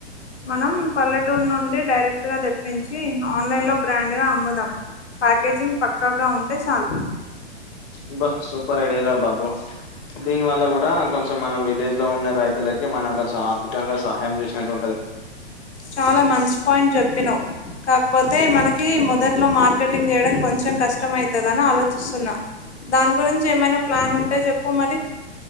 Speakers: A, on the left; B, on the left.
A: మనం పల్లెటూరు నుండి డైరెక్ట్‌గా తెప్పించి ఆన్లైన్లో బ్రాండ్‌గా అమ్ముదాం ప్యాకేజింగ్ పక్కాగా ఉంటే చాలు
B: అబ్బా సూపర్ ఐడియారా బాబూ దీని వల్ల కూడా కొంచెం మనం విలేజ్లో ఉన్న రైతులకి మనం కొంచెం ఆర్థికంగా సహాయం చేసినటువుం
A: చాలా మంచి పాయింట్ చెప్పినావ్ కాకపోతే మనకి మొదట్లో మార్కెటింగ్ చేయడం కొంచెం కష్టంమయితదాని ఆలోచిస్తున్నా దాని గురించి ఏమైనా ప్లాన్ ఉంటే చెప్పు మరి